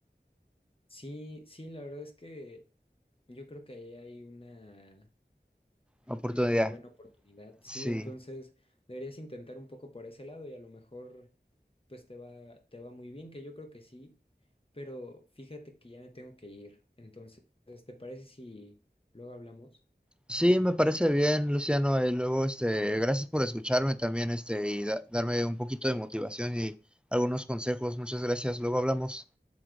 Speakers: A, on the left; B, in the centre.
A: Sí, sí, la verdad es que yo creo que ahí hay una
B: Oportunidad.
A: una muy buena oportunidad. Sí,
B: Sí.
A: entonces deberías intentar un poco por ese lado y a lo mejor pues te va, te va muy bien, que yo creo que sí, pero fíjate que ya me tengo que ir. Entonces, ¿te parece si luego hablamos?
B: Sí, me parece bien, Luciano. Y luego, este, gracias por escucharme también, este, y da- darme un poquito de motivación y algunos consejos. Muchas gracias. Luego hablamos.